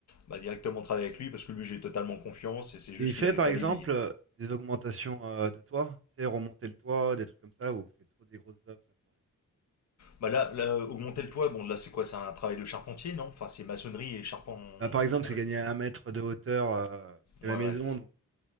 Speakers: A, on the left (about 50°); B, on the right (about 40°).
A: bah, directement travailler avec lui parce que lui j'ai totalement confiance et c'est juste
B: Et il fait
A: qu'il avait
B: par
A: pas
B: exemple
A: les billes.
B: euh, des augmentations euh, de toit, tu sais, remonter le toit, des trucs comme ça, ou c'est trop des grosses œuvres. ça, pour lui.
A: Bah là, là, augmenter le toit, bon là c'est quoi C'est un travail de charpentier, non Enfin c'est maçonnerie et charpent. Ouais,
B: Bah, par exemple, c'est gagner
A: c'est-
B: un mètre de hauteur euh, parce que
A: ouais,
B: la maison,
A: ouais.
B: donc